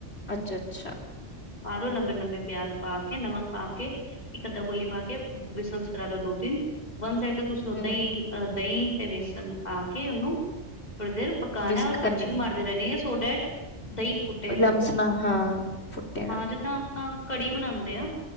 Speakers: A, on the left (about 60°); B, on the left (about 35°).
A: ਅੱਛਾ ਅੱਛਾ।
B: ਪਾ ਲੋ ਲੰਬੇ ਲੰਬੇ ਪਿਆਜ਼ ਪਾ ਕੇ ਨਮਕ ਪਾ ਕੇ। ਇੱਕ ਅੱਧਾ ਕੌਲੀ ਪਾ ਕੇ ਵਿਸਲਸ ਕਰਾ ਦਿਓ ਦੋ ਤਿੰਨ। ਵੰਨ ਸਾਈਡ ਤੇ ਤੁਸੀਂ ਓਦਾਂ
A: ਹੁੰ,
B: ਹੀ ਦਹੀਂ ਤੇ ਬੇਸਣ ਪਾ ਕੇ ਉਹਨੂੰ। ਥੋੜੀ ਦੇਰ ਪਕਾਨਾ
A: ਵਿਸਕ
B: ਏ ਔਰ ਕੜਛੀ
A: ਕਰਨਾ,
B: ਮਾਰਦੇ ਰਹਿੰਨੀ ਹੈ ਸੋ ਦੇਟ ਦਹੀਂ ਫੁੱਟ।
A: ਲਮਸ ਨਾ ਹਾਂ ਫੁੱਟੇ ਨਾ।
B: ਜਿੱਦਾਂ ਆਪਾਂ ਕੜੀ ਬਣਾਉਂਦੇ ਆ।